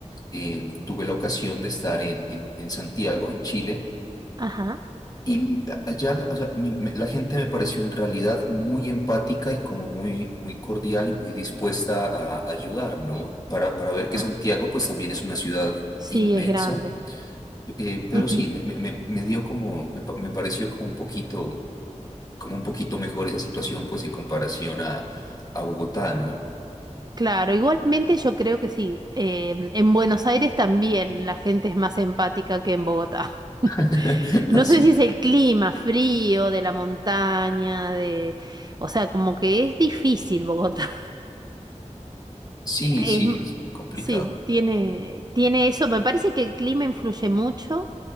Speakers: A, on the left; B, on the right.
A: eh, tuve la ocasión de estar en, en- en Santiago, en Chile,
B: ajá,
A: y allá la o sea, me- me- la gente me pareció en realidad muy empática y como muy, muy cordial y muy dispuesta a ayudar, ¿no? Para, para ver que
B: ajá.
A: Santiago pues también es una ciudad
B: Sí,
A: inmensa,
B: es grande.
A: eh, pero
B: ujú.
A: sí, me, me- me- me dio como, me, pa- me pareció como un poquito, como un poquito mejor esa situación pues en comparación a, a Bogotá, ¿no?
B: Claro, igualmente yo creo que sí. em, en Buenos Aires también la gente es más empática que en Bogotá. <laughs>
A: <laughs>
B: No
A: Así.
B: sé si es el clima frío de la montaña, de... O sea, como que es difícil Bogotá.
A: Sí,
B: Es
A: sí,
B: m-
A: es complicado.
B: sí, tiene, tiene eso. Me parece que el clima influye mucho.